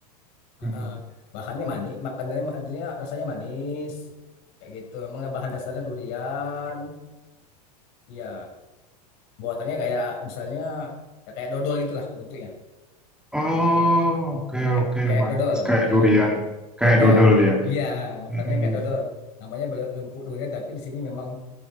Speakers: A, on the left; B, in the centre.
A: Ah,
B: Hmm.
A: ah. bahannya manis, makanannya maksudnya rasanya manis. Kayak gitu. Memang bahan dasarnya durian. Iya, buatannya kayak misalnya ya kayak dodol gitulah bentuknya.
B: Oh, oke,
A: Kayak
B: oke,
A: kayak
B: manis
A: dodol.
B: kayak
A: Nah,
B: durian, kayak
A: dodol.
B: dodol ya.
A: Iya, makanannya
B: Hmm.
A: kayak dodol. Namanya bel- lempuk durian tapi di sini memang